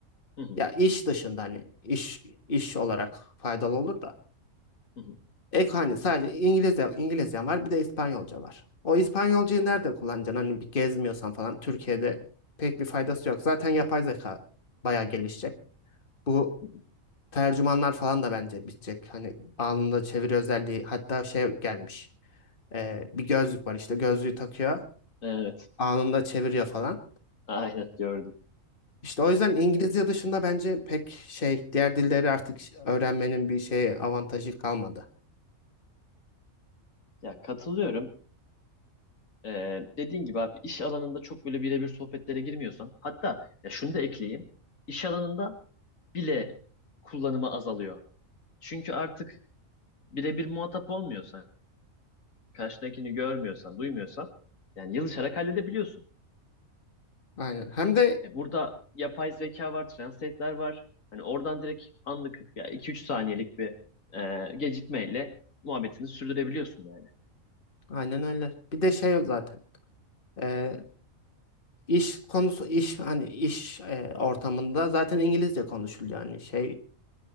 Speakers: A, on the left (about 80°); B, on the left (about 40°).
A: Hı hı.
B: Ya iş dışında hani iş iş olarak faydalı olur da.
A: Hı hı.
B: Ek hani sadece İngilizce İngilizcen var bir de İspanyolca var. O İspanyolcayı
A: Hı
B: nerede kullanacaksın? Hani bir gezmiyorsan falan Türkiye'de pek bir faydası yok. Zaten yapay zeka bayağı gelişecek. Bu
A: hı.
B: tercümanlar falan da bence bitecek. Hani anında çeviri özelliği hatta şey gelmiş. Ee, bir gözlük var işte gözlüğü takıyor.
A: Evet.
B: Anında çeviriyor falan.
A: Aynen gördüm.
B: İşte o yüzden İngilizce dışında bence pek şey diğer dilleri artık ş- öğrenmenin bir şey avantajı kalmadı.
A: Ya katılıyorum. Ee, dediğin gibi abi iş alanında çok böyle birebir sohbetlere girmiyorsan hatta ya şunu da ekleyeyim iş alanında bile kullanımı azalıyor. Çünkü artık birebir muhatap olmuyorsan karşıdakini görmüyorsan duymuyorsan yani yazışarak halledebiliyorsun.
B: Aynen. Hem de
A: E burada yapay zeka var translate'ler var hani oradan direkt anlık ya 2-3 saniyelik bir e, gecikmeyle muhabbetini sürdürebiliyorsun yani.
B: aynen öyle. Bir de şey yok zaten. e, iş konusu iş hani iş e, ortamında zaten İngilizce konuşuluyor yani şey